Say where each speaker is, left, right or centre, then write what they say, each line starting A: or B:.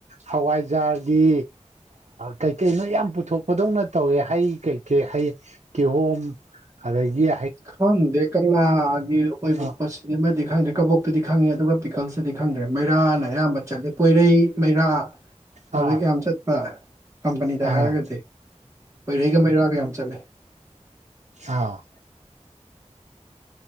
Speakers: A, on the right (about 70°); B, on the right (about 25°).
A: ꯍꯋꯥꯏꯖꯥꯔꯒꯤ ꯀꯩꯀꯩꯅꯣ ꯌꯥꯝ ꯄꯨꯊꯣꯛꯄꯗꯧꯅ ꯇꯧꯋꯦ ꯍꯩ ꯀꯩꯀꯩ ꯍꯩ ꯀꯤꯍꯣꯝ ꯀꯗꯒꯤ
B: ꯈꯪ ꯗꯦꯀꯒꯤ ꯑꯣꯏꯣꯏꯕ
A: ꯑꯥ
B: ꯄꯁ ꯗꯤ ꯈꯪꯗ꯭ꯔꯦ ꯀꯕꯣꯛꯇꯨꯗꯤ ꯈꯪꯉꯦ ꯑꯗꯨꯒ ꯄꯤꯀꯜꯁꯗꯤ ꯈꯪꯗ꯭ꯔꯦ ꯃꯩꯔꯥꯅ ꯑꯌꯥꯝꯕ ꯆꯠꯂꯤ ꯄꯣꯏꯔꯩ ꯃꯩꯔꯥ
A: ꯑꯥ
B: ꯍꯧꯖꯤꯛ ꯌꯥꯝ ꯆꯠꯄ ꯀꯝꯄꯅꯤꯗ
A: ꯑꯥ
B: ꯍꯥꯏꯔꯒꯗꯤ ꯃꯩꯔꯩꯒ ꯃꯩꯔꯥꯒ ꯌꯥꯝ ꯆꯠꯂꯦ
A: ꯑ